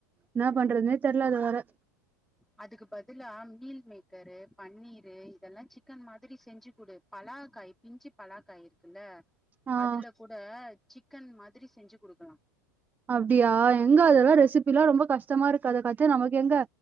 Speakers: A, on the right; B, in the centre.
A: என்ன பண்றதுனே தெரிலா அத வேர
B: அதுக்கு பதிலா மீல் மேக்கரு பன்னீரு இதெல்லா சிக்கன் மாதிரி செஞ்சு குடு பலாக்காய் பிஞ்சி பலாக்காய் இருக்குல்ல
A: ஆ
B: அதுல கூட சிக்கன் மாதிரி செஞ்சு குடுக்கலா
A: அப்டியா எங்க அதெல்லா ரெசிபில்ல ரொம்ப கஷ்டமா இருக்கு அத கத்து நமக்கு எங்க